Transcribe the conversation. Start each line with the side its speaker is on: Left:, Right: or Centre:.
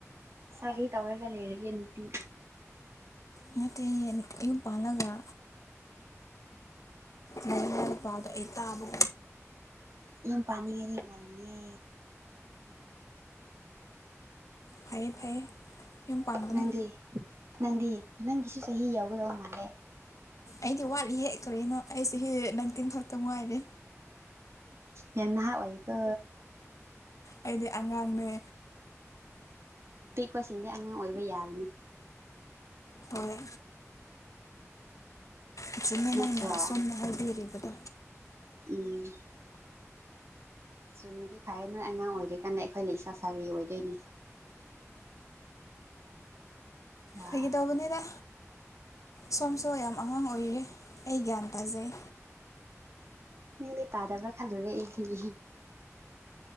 Right: ꯁꯔꯤ ꯇꯧꯔꯒ ꯂꯩ ꯍꯒꯦ ꯅꯠꯇ
Left: ꯅꯠꯇꯦ ꯌꯌꯨꯝ ꯄꯥꯜꯂꯒ ꯂꯩ ꯄꯥꯎꯗꯣ ꯑꯩ ꯇꯥꯕ
Right: ꯌꯥꯝ ꯄꯅꯤꯒꯔꯤ ꯉꯜꯂꯤꯌꯦ
Left: ꯐꯩꯌꯦ ꯐꯩꯌꯦ ꯌꯨꯝ ꯄ ꯄꯥꯟꯕꯒꯅꯨ
Right: ꯅꯪꯗꯤ ꯅꯪꯗꯤ ꯅꯪꯒꯤꯁꯨ ꯆꯍꯤ ꯌꯥꯎꯒꯗꯕ ꯃꯥꯜꯂꯦ
Left: ꯑꯩꯗꯤ ꯋꯥꯠꯂꯤ ꯍꯦ ꯀ꯭ꯔꯦꯅꯣ ꯑꯩꯁꯦ ꯍꯦ ꯅꯪꯇꯤꯟ ꯈꯛꯇ ꯉꯥꯏꯔꯦ
Right: ꯌꯥꯝꯟꯅ ꯋꯥꯏꯒ
Left: ꯑꯩꯗꯤ ꯑꯉꯥꯡꯅꯦ
Right: ꯂꯄꯁꯤꯡꯗꯤ ꯑꯉꯥꯡ ꯑꯣꯏꯕ ꯌꯥꯒꯅꯤ
Left: ꯍꯣꯏ ꯑꯁꯨꯛꯅ
Right: ꯅꯠꯇ꯭ꯔꯣ
Left: ꯅꯪꯅ ꯁꯣꯝꯅ ꯍꯥꯏꯕꯤꯔꯤꯕꯗꯣ
Right: ꯎꯝ ꯆꯨꯝꯃꯗꯤ ꯐꯔꯦ ꯅꯣꯏ ꯑꯉꯥꯡ ꯑꯣꯏꯔꯤꯀꯥꯟꯗ ꯑꯩꯈꯣꯏ ꯂꯩ ꯏꯁꯥ ꯁꯥꯔꯤ ꯑꯣꯏꯗꯣꯏꯅꯦ ꯍꯣꯏ
Left: ꯐꯒ
Right: ꯍꯣꯏ
Left: ꯇꯧꯕꯅꯤꯗ ꯁꯣꯝꯁꯨ ꯌꯥꯝ ꯑꯉꯥꯡ ꯑꯣꯏꯔꯤ ꯑꯩ ꯅꯤ ꯇꯖꯩ
Right: ꯅꯪꯗꯤ ꯇꯥꯗꯕ꯭ꯔꯥ ꯈꯜꯂꯨꯔꯦ ꯑꯩꯗꯤ